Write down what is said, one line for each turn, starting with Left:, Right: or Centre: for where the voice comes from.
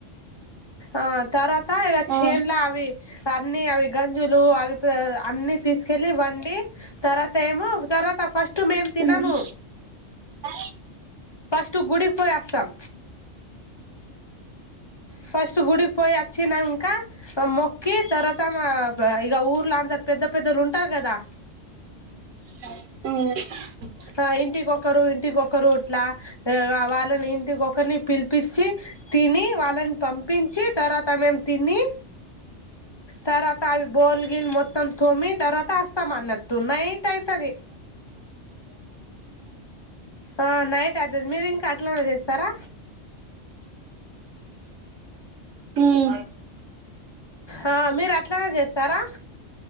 Left: ఆ తర్వాత ఇక చేన్ల
Right: ఆ
Left: అవి అన్ని అవి గంజులు అవి అన్ని తీసుకెళ్ళి వండి తర్వాత ఏమో తర్వాత ఫస్ట్ ఫస్ట్ మెము థినము
Right: హ్మ్ ఆ
Left: టటు గుడికి పొయస్తం ఫస్ట్ గుడికి పోయి వచ్చినంక మొక్కి తర్వాత మా ఇ ఊర్ల అంత పెద్ద పెద్ద పెద్దలు ఉంటారు కదా
Right: అ
Left: ఆ ఇంటికొకరు ఇంటికొకరు ఇట్లా వాళ్ళని ఇంటికొకరిని పిలిపించి తిని వాళ్ళని పంపించి తర్వాత మేం తిని తర్వాత అవి బోల్ గ మొత్తం తోమి తర్వాత సామాన్ట నయిట్ అయితంది ఆ నైట్ అవుతుది మీరు ఇంకా అట్లానే చేస్తారా
Right: ఉమ్
Left: ఆ మీరు అట్లనే చేస్తారా